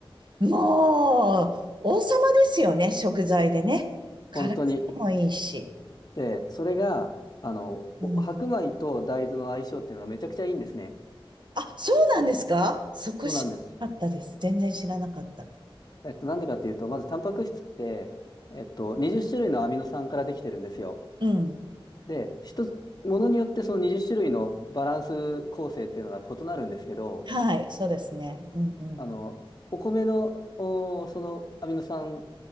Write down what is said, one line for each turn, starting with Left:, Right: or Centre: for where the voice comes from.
Right: もう、王様ですよね、食材でね。体にもいいし。
Left: 本当に。で、それが、あの、
Right: うん。
Left: お白米と大豆の相性っていうのがめちゃくちゃいいんですね。
Right: あ、そうなんですかそこ知らなかったです。
Left: そうなんです。
Right: 全然知らなかった。
Left: えっと、なんでかっていうと、まず、タンパク質って、えっと、20種類のアミノ酸からできてるんですよ。
Right: うん。
Left: で、一つ、ものによってその20種類のバランス構成っていうのが異なるんですけど、
Right: はい、そうですね。うんうん。
Left: あの、お米の、おそのアミノ酸